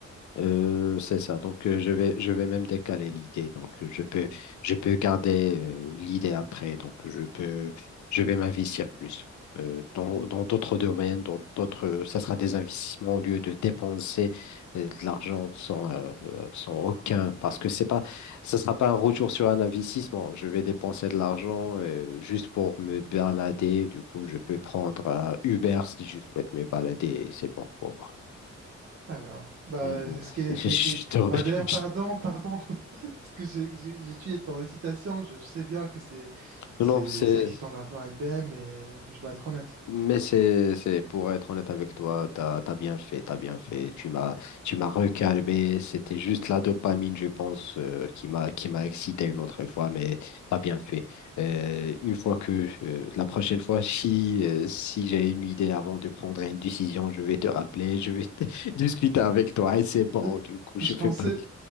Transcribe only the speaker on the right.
Ah bien. Bah,
est-ce qu'il
y
a des cases-
Bah, d'ailleurs,
pardon, pardon, <laughs> parce que j'ai j'ai- j'ai tué ton excitation. Je sais bien que c'est
c'est
c'est excitant d'avoir une BM, mais je dois être honnête.
Euh,
Je pensais